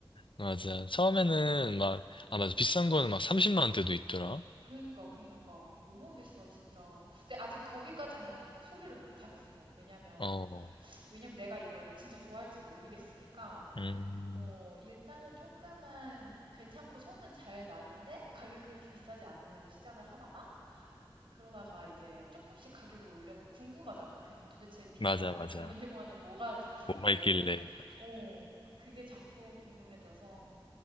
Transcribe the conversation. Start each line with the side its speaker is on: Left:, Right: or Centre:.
Left: 맞아. 처음에는 막, 아, 맞아. 비싼 거는 막 30만 원대도 있더라.
Right: 그니까, 그니까. 너무 비싸, 진짜. 근데 아직 거기까지는 소비를 못 하겠어. 왜냐면,
Left: 어,
Right: 왜냐면 내가 이걸 진짜 좋아할지 모르겠으니까,
Left: 음,
Right: 어, 일단은 조금은 괜찮고 소문 잘 나는데, 가격이 그렇게 비싸지 않은 걸로 시작을 하다가, 그러다가 이제 조금씩 가격을 올려. 궁금하잖아. 괜히 도대체 비싼
Left: 맞아, 맞아.
Right: <laughs> 러닝화는 뭐가 좋길래.
Left: 뭐가 있길래.
Right: 어, 그게 자꾸 궁금해져서,